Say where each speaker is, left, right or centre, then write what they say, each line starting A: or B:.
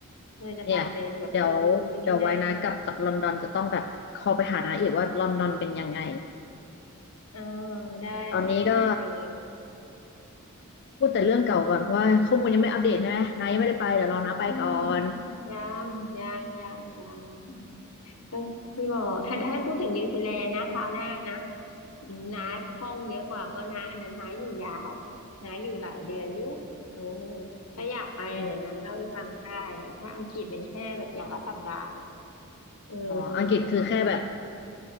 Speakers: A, on the left; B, on the left.
A: เพอจะพาไปแบบดูนู่นนี่นั่น
B: เนี่ยเดี๋ยวเดี๋ยวไว้นะกลับจากลอนดอนจะต้องแบบคอลไปหานาอีกว่าลอนดอนเป็นยังไง
A: เออได้เลยได้เลย
B: ตอนนี้ก็พูดแต่เรื่องเก่าก่อนเพราะว่าข้อมูลยังไม่อัปเดตใช่ไหมนายังไม่ได้ไปเดี๋ยวรอนาไปก่อน
A: อืม อืมยังยังยังยังอืมก็ที่บอกถ้าถ้าพูดถึงนิวซีแลนด์นะคราวหน้านะน้าคล่องเยอะกว่าเพราะน้าอันนั้นน้าอยู่ยาวน้าอยู่หลายเดือนอยู่เออ
B: อืมอม
A: ถ้าอยากไปเดี๋ยวนะเล่าให้ฟังได้แต่ถ้าอังกฤษเป็นแค่แบบอย่างละสัปดาห์เออประมาณนั้นน่ะ
B: อ๋ออังกฤษคือแค่แบบ